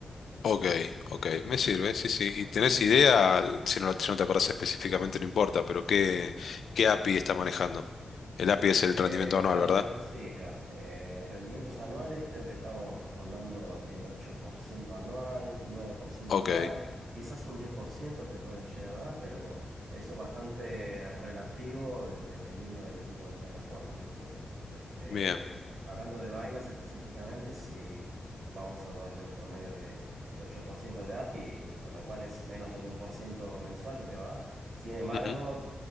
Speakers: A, on the left; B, on the right.
A: Ok, ok, me sirve, sí, sí. ¿Y tenés idea? Si no, si no te acordás específicamente, no importa, pero ¿qué, qué API está manejando? El API es el
B: Eh,
A: rendimiento anual,
B: probablemente
A: ¿verdad?
B: sí, claro. Eh, rendimientos anuales creo que estamos rondando el 8% anual, nueve por ciento
A: Ok,
B: anual, quizás un 10% te pueden llegar a dar, pero eso es bastante relativo eh, dependiendo del tipo de plataforma, ¿viste? Este,
A: bien.
B: hablando de Binance específicamente, si vamos a darle un promedio de, de 8% de API, con lo cual es menos del uno por ciento mensual que te va a dar. Sin embargo...
A: Ujú.